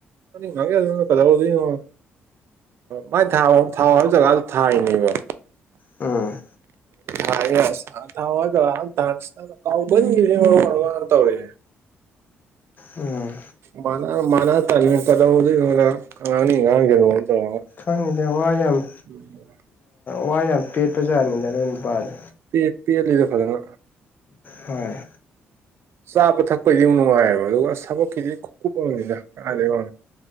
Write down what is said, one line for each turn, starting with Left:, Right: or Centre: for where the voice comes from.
Right: ꯃꯥꯒꯦ ꯀꯗꯥ ꯑꯣꯏꯗ ꯃꯥꯏ ꯊ ꯊꯥꯎ ꯍꯥꯏꯕ ꯖꯒꯥꯁꯨ ꯊꯥꯅꯦꯕ
Left: ꯎꯝ
Right: ꯑꯗꯨꯗ ꯊꯦ ꯊꯥꯎꯒ ꯀꯥꯎꯕꯦ ꯋꯥ ꯋꯥꯔ ꯇꯧꯔꯦ
Left: ꯎꯝ
Right: ꯃ ꯃꯅ ꯇꯥꯡꯃꯤ ꯄꯗꯗꯤ ꯏꯅꯤ ꯉꯥꯡꯉꯣ ꯇꯉ
Left: ꯐꯪꯉꯤꯗꯦ ꯋꯥ ꯌꯥꯝꯃꯤ
Right: ꯎꯝ
Left: ꯋꯥ ꯌꯥꯝ ꯄꯦꯠꯄ ꯖꯥꯠꯅꯤꯅ ꯑꯗꯨꯣꯏꯅ ꯄꯥꯜꯂꯤ
Right: ꯄ ꯄ ꯂꯤꯗ ꯐꯗꯅ
Left: ꯍꯣꯏ
Right: ꯆꯥꯕ ꯊꯛꯄꯗꯤ ꯌꯥꯝ ꯅꯨꯡꯉꯥꯏꯌꯦꯕ ꯑꯗꯨꯒ ꯊꯕꯛꯀꯤꯗꯤꯀꯨꯞ ꯑꯃꯅꯤꯅꯤꯅ ꯑꯗꯩ ꯋꯥ